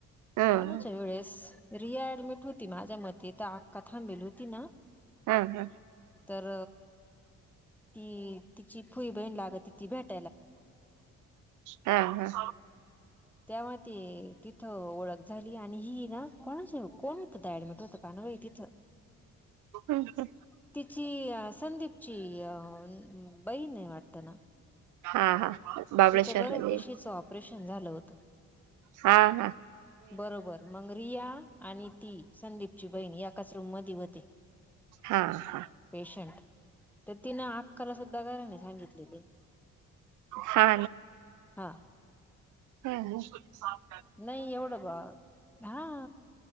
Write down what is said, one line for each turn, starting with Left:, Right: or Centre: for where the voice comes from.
Right: हम्म
Centre: कोणाच्या वेळेस! रिया ॲडमिट होती, माझ्या मते तर आक्का थांबेल होती, ना?
Right: हा, हा,
Centre: तर, ती तिची फुई बहीण, लागती ती भेट
Right: हा, हा,
Centre: तेव्हा ते तिथं ओळख झाली, आणि ही ना, कोणाची व कोण होत ते ॲडमिट होतं? काय नाव, आहे तीच?
Right: हम्म हु
Centre: तिची अ संदिपची अ बहीण ये वाटत ना?
Right: हा हा बाबळेश्वरला
Centre: तिचं गर्भपिशवीच
Right: जाईल
Centre: ऑपरेशन झालं होतं.
Right: हा का
Centre: बरोबर मंग रिया आणि ती संदिपची बहीण एकाच रूम मधी व्हते.
Right: हा हा
Centre: पेशंट तर तिन आक्काला सु त गऱ्हाणे सांगितलेले
Right: हा
Centre: हा
Right: हूं हं <unintelligible>
Centre: नही एवढं बा हा